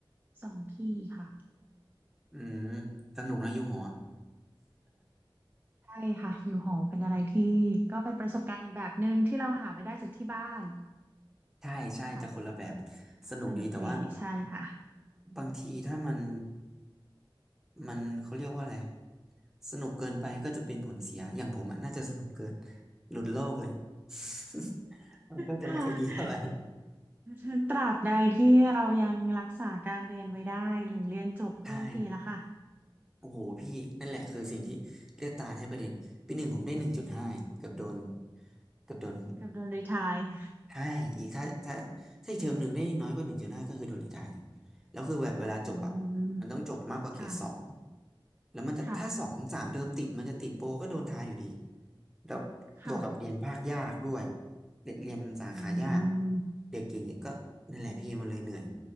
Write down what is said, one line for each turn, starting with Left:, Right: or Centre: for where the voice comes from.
Right: สองที่ค่ะ
Centre: อืมสนุกนะอยู่หอ
Right: ใช่ค่ะอยู่หอเป็นอะไรที่ก็เป็นประสบการณ์อีกแบบหนึ่งที่เราหาไม่ได้จากที่บ้าน
Centre: ใช่ใช่จะคนละแบบ
Right: ค่ะก็สนุกดีใช่ค่ะ
Centre: สนุกดีแต่ว่า
Right: <laughs>
Centre: บางทีถ้ามันมันเขาเรียกว่าอะไรอะสนุกเกินไปก็จะเป็นผลเสียอย่างผมอะน่าจะสนุกเกินหลุดโลกเลย <laughs> มันก็จะไม่ค่อยดีเท่าไหร่
Right: ค่ะ <laughs> ตราบใดที่เรายังรักษาการเรียนไว้ได้หรือเรียนจบก็โอเคแล้วค่ะ
Centre: ใช่โอ้โหพี่นั่นแหละคือสิ่งที่เลือดตาแทบกระเด็นปีหนึ่งผมได้หนึ่งจุดห้าเกือบโดนเกือบโดน
Right: กับโดนรีไทร์
Centre: ใช่อีกถ้าถ้าถ้าอีกเทอมหนึ่งได้น้อยกว่าหนึ่งจุดห้าก็คือโดนรีไทร์เลยแล้วคือแบบเวลาจบอ่ะมันต้องจบมากกว่าเกรดสอง
Right: อืมค่ะ
Centre: แล้วมันจะถ้าสองสามเทอมติดมันจะติดโปรก็โดนทายอยู่ดี
Right: ค่ะ
Centre: แล้วบวกกับเรียนภาคยากด้วย
Right: ค่ะ
Centre: เรียเรียนสาขายาก
Right: อืม
Centre: เด็กเก่งเนี่ยก็นั่นแหละพี่มันเลยเหนื่อย